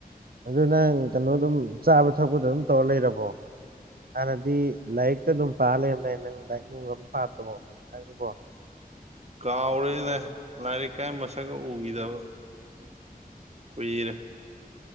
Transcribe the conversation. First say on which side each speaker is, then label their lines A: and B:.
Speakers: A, on the right (about 70°); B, on the right (about 45°).
A: ꯑꯗꯨ ꯅꯪ ꯀꯩꯅꯣ ꯑꯗꯨꯝ ꯆꯥꯕ ꯊꯛꯄꯗ ꯑꯗꯨꯝ ꯇꯧꯔ ꯂꯩꯔꯕꯣ ꯍꯥꯟꯅꯗꯤ ꯂꯥꯏꯔꯤꯛꯇ ꯑꯗꯨꯝ ꯄꯥ ꯂꯩꯔꯝꯗꯥꯏ ꯅꯪ ꯂꯥꯏꯔꯤꯛ ꯅꯨꯡꯒ ꯑꯗꯨꯝ ꯄꯥꯗ꯭ꯔꯕꯣ ꯍꯧꯖꯤꯛꯀꯥꯟꯁꯤꯕꯣ
B: ꯀꯥꯎꯔꯦꯗ ꯂꯥꯏꯔꯤꯛ ꯀꯥꯏ ꯃꯁꯛꯀ ꯎꯈꯤꯗꯕ ꯀꯨꯢꯔꯦ